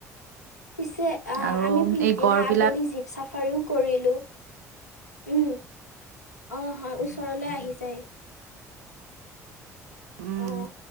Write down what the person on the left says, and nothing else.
পিছে আ
আমি পিছদিনা
আবেলি জিপ চাফাৰীও কৰিলো, উম। অ হয় ওচৰলে আহি যায়।
অ